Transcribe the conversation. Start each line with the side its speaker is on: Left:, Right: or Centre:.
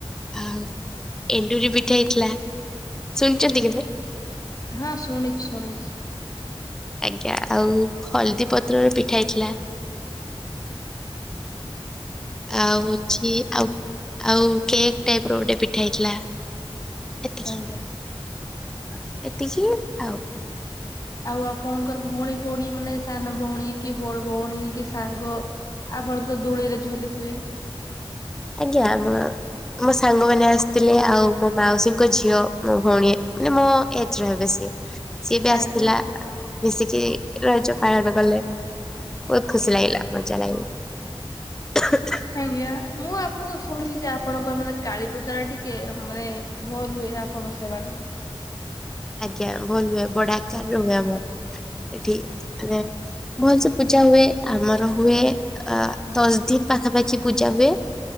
Centre: ଆଉ ଏଣ୍ଡୁରି ପିଠା ହେଇଥିଲା। ଶୁଣିଚନ୍ତି?
Left: ହଁ ଶୁଣିଚି ଶୁଣିଚି।
Centre: ଆଜ୍ଞା ଆଉ ହଳଦୀ ପତ୍ରରେ ପିଠା ହେଇଥିଲା। ଆଉ ହଉଛି ଆଉ ଆଉ କେକ୍ ଟାଇପ ର ଗୋଟେ ପିଠା ହେଇଥିଲା ଏତିକି।
Left: ଆଜ୍ଞା।
Centre: ଏତିକି ଆଉ।
Left: ଆଉ ଆପଣଙ୍କର ଭଉଣୀ ଫଉଣୀ ମାନେ ସାନ ଭଉଣୀ କି ବଡ ଭଉଣୀ କି ସାଙ୍ଗ। ଆପଣ ତ ଦୋଳିରେ ଝୁଲିଥିବେ?
Centre: ଆଜ୍ଞା ଆମ ମୋ ସାଙ୍ଗମାନେ ଆସିଥିଲେ ଆଉ ମୋ ମାଉସୀଙ୍କ ଝିଅ, ମୋ ଭଉଣୀ ମାନେ ମୋ ଏଜର ହେବେ ସିଏ, ସିଏ ବି ଆସିଥିଲା
Left: ଆଜ୍ଞା
Centre: ମିଶିକି ରଜ ପାଳନ କଲେ। ବହୁତ ଖୁସି ଲାଗିଲା ମଜା ଲାଗିଲା।
Left: ଆଜ୍ଞା ମୁଁ ଆପଣଙ୍କ ଶୁଣିୁଛି ଯେ ଆପଣଙ୍କ ମାନେ କାଳୀପୂଜା ଟିକ କେ ମାନେ ଭଲ ହୁଏ ଆପଣସ ମାନ
Centre: ଆଜ୍ଞା ଭଲ ହୁଏ ବଡ ଆକାରରେ ହୁଏ ଆମର ଏଠି ମାନେ ଭଲ ସେ ପୂଜା ହୁଏ ଆମର ହୁଏ। ଅ ଦଶ ଦିନ ପାଖାପାଖି ପୂଜା ହୁଏ।